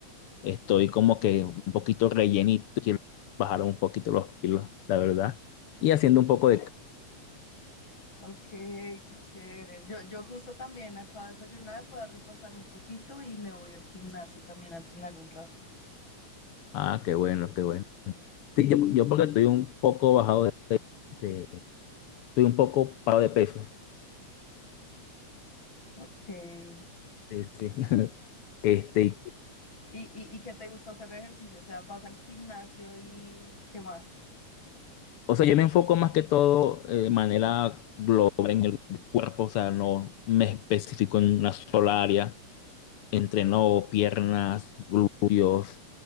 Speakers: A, on the left; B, on the left.
A: Estoy como que un poquito rellenito, quiero bajar un poquito los kilos, la verdad. Y haciendo un poco de cardio.
B: Ok, qué chévere. Yo, yo justo también acabo de desayunar, voy a repasar un poquito y me voy al gimnasio también a entrenar un rato.
A: Ah, qué bueno, qué bueno. Sí, yo, yo porque estoy un poco bajado de, estoy un poco parado de peso.
B: Ok. <laughs> ¿Y,
A: Este, <laughs> este,
B: y, y qué te gusta hacer de ejercicio? O sea, vas al gimnasio y ¿qué más?
A: o sea, yo me enfoco más que todo eh, de manera global, cuerpo, o sea, no me especifico en una sola área. Entreno piernas, glúteos,